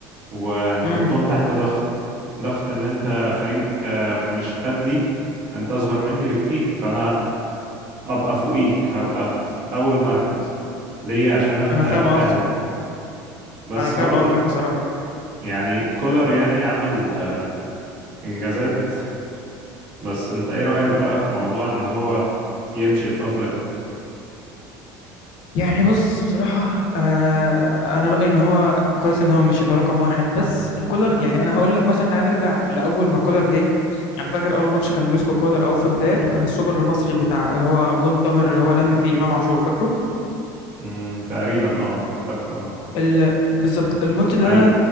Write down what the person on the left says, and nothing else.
امم
انا
فاهم قصدك
انا فاهم
قصدك بصراحه
يعني بص بصراحة آه أنا رأيي إن هو كويس إن هو مش ده رقم واحد بس كولر يعني أنا هقول لك مثلا تعال نرجع لأول ما كولر جه أنا فاكر أول ماتش كان مسكو كولر أو في بداياته كان السوبر المصري بتاع اللي هو جون طاهر اللي هو لم فيه إمام عاشور فاكره
ال... بالظبط الماتش ده